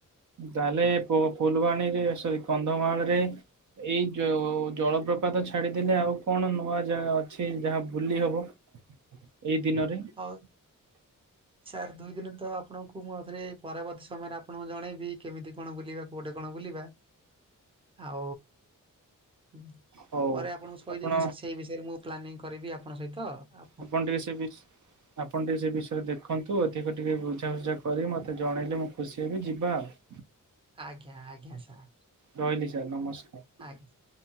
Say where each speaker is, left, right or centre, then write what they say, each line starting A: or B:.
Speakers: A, on the right; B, on the right.
A: ତାହେଲେ ଫୁ-ଫୁଲବାଣୀରେ ସରି କନ୍ଧମାଳ ରେ ଏଇ ଯୋ ଜଳପ୍ରପାତ ଛାଡିଦେଲେ ଆଉ କଣ ନୂଆ ଜାଗା ଅଛି ଯାହା ବୁଲି ହବ। ଏଇ ଦିନରେ
B: ହଉ। ସାର୍ ଦୁଇ ଦିନ ତ ଆପଣଙ୍କୁ ମୁଁ ଆଉଥରେ ପରବର୍ତ୍ତୀ ସମୟରେ ଆପଣଙ୍କୁ ଜଣେଇବି କେମିତି କଣ ବୁଲିବାକୁ ଗୋଟେ କଣ ବୁଲିବା। ଆଉ ଉଁ
A: ହଉ
B: ଆଉ ପରେ ଆପଣଙ୍କୁ କହିଦେବି
A: ଆପଣ
B: ସେଇ ବିଷୟରେ ମୁଁ ପ୍ଲାନିଂ କରିବି ଆପଣଙ୍କ ସହିତ ଆ
A: ଆପଣ ଟିକେ ସେ ବିଚ ଆପଣ ଟିକି ସେ ବିଷୟରେ ଦେଖନ୍ତୁ ଅଧିକ ଟିକିଏ ବୁଝାସୁଝା କରି ମୋତେ ଜଣେଇଲେ ମୁଁ ଖୁସି ହେବି ଯିବା ଆଉ।
B: ଆଜ୍ଞା ଆଜ୍ଞା ସାର୍।
A: ରହିଲି ସାର୍ ନମସ୍କାର।
B: ଆଜ୍ଞା।